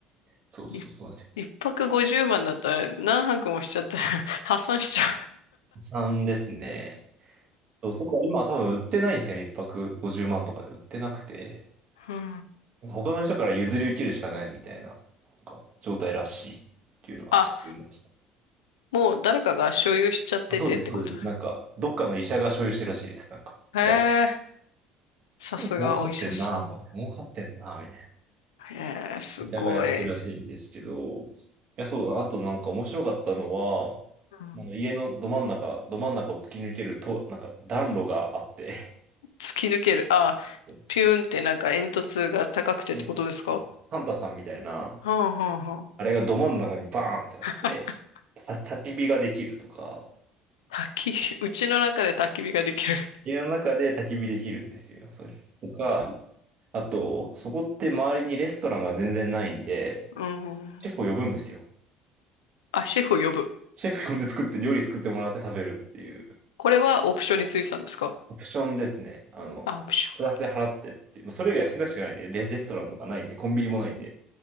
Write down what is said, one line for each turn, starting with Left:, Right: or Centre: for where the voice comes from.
Right: そうそうそうなんですよ。
Left: い、一泊50万だったら何泊もしちゃったら <laughs> 破産しちゃ
Right: 3ですね。男は今は多分売ってないんですよね。一泊50万とかで売ってなくて、
Left: ううん
Right: なんか他の人から譲り受けるしかないみたいな、なんか状態らしいっていうのは知ってました。
Left: あ、もう誰かが所有しちゃっててってこと。
Right: あ、そうです、そうです。なんか、どっかの医者が所有してるらしいです。なんか、調べて。
Left: へえ、さすがお医者さん。
Right: 儲かってんなぁと思って、儲かってんなぁみたいな。
Left: へえ、すごい。
Right: 医者がやってるらしいんですけど、いや、そうだ。あとなんか面白かったのは、
Left: うん
Right: あの家のど真ん中、ど真ん中を突き抜けると、なんか暖炉があって、
Left: 突き抜ける。あ、
Right: <laughs>
Left: ピューンってなんか煙突が高くてってことですかは
Right: でサンタさんみたいな、
Left: あはあは
Right: あれがど真ん中にバーンってあって、
Left: あ。
Right: た焚き火ができるとか、
Left: <laughs> 焚き火、うちの中で焚き火ができる。
Right: 家の中で焚き火できるんですよ。それとか、あと、そこって周りにレストランが全然ないんで、
Left: うん。
Right: シェフを呼ぶんですよ。
Left: あ、シェフを呼ぶ。
Right: シェフ呼んで作って、料理作ってもらって食べるっていう、
Left: これはオプションについてたんですか
Right: オプションですね。あの、
Left: あ、オプションか。
Right: プラスで払ってっていう、まあ、それ以外選択肢がないんで、レ、レストランとかないんで、コンビニもないんで、